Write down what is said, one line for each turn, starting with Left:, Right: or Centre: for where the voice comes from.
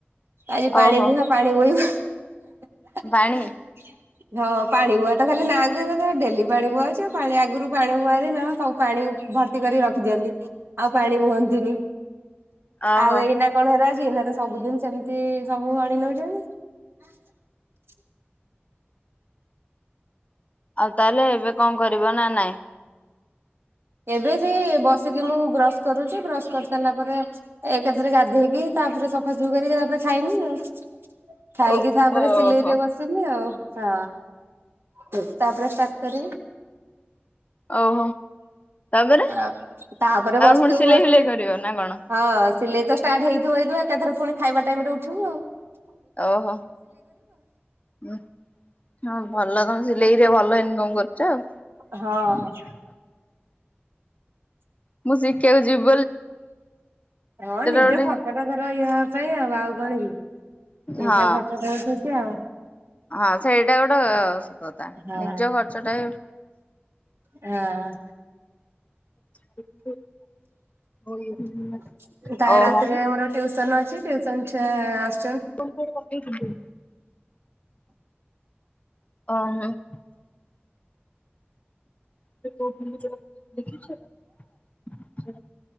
Right: ଆଜି ପାଣି
Left: ଓହୋ
Right: ବୁହା ପାଣି ବୋହିବୁ। <inaudible>
Left: ପାଣି
Right: ହଁ ପାଣି ବୁହା ତ ଖାଲି ନା ଏବେ ଡେଲି ପାଣି ବୁହା ହଉଛି ଆଉ ପାଣି ଆଗରୁ ପାଣି ବୁହା ଦିନ । ସବୁ ପାଣି ଭର୍ତ୍ତି କରିକି ରଖିଦିଅନ୍ତି ଆଉ । ପାଣି ବୁହନ୍ତିନି
Left: ଓହୋ
Right: ଆଉ ଏଇ ନା କଣ ହେରା ଏଇ ନା ତ ସବୁଦିନ ସେମିତି ସବୁ ପାଣି ନେଉଛନ୍ତି ।
Left: ଆଉ ତାହେଲେ ଏବେ କଣ କରିବ ନା ନାଇଁ?
Right: ଏବେ ସେ ବସିକି ମୁଁ ବ୍ରଶ କରୁଛି ବ୍ରଶ କରିସାରିଲା ପରେ ଏକାଥରେ ଗାଧୋଇ ହେଇକି ତାପରେ ସଫାସୁଫି କରିକି ତାପରେ ଖାଇମି ଆଉ । ଖାଇକି
Left: ଓ
Right: ତାପରେ
Left: ଓହୋ
Right: ସିଲେଇରେ ବସିଲି ଆଉ । ହଁ ତାପରେ ଷ୍ଟାଟ। କରେଇ ।
Left: ଓହୋ ତାପରେ
Right: ଆ ତାପରେ ବସ୍ତିବୁ
Left: ପୁଣି ସିଲେଇ
Right: ବସ୍ତିବୁ
Left: ଫିଲେଇ କରିବ ନା କଣ?
Right: ହଁ । ସିଲେଇ ତ ଷ୍ଟାର୍ଟ ହେଇଥିବ ହେଇଥିବ ଏକାଥରେ ପୁଣି ଖାଇବା ଟାଇମ ରେ ଉଠିବୁ ଆଉ ।
Left: ଓହୋ ହଁ ଭଲ ତମେ ସିଲେଇରେ ଭଲ ଇନକମ କରୁଛ ଆଉ ।
Right: ହଁ
Left: ମୁଁ ଶିଖିବାକୁ ଯିବି ।
Right: ହଁ ନିଜ
Left: ଗୋଟେ
Right: ଖଟଟା ଧର ଏଇହେବା ପାଇଁ ଆଉ ଆଉ । କଣ କି? ନିଜ
Left: ହଁ
Right: ଖର୍ଚ୍ଚ ତ ଉଠୁ <inaudible>
Left: ହଁ ସେଇଟା ଗୋଟେ ସତକଥା
Right: ହଁ
Left: ନିଜ ଖର୍ଚ୍ଚଟା ବି
Right: ହଁ।
Left: <inaudible>
Right: କାଲି ରାତିରେ ମୋର
Left: ଓହୋ
Right: ଟ୍ୟୁସନ ଅଛି । କିଛି ଟେନସନ ଚୁଆ
Left: ତୁମକୁ ଗୋଟେ ପଠେଇଥିଲି ଓ ହୋ । ତତେ କହୁଥିଲି ଯାହା ଦେଖିଛୁ ।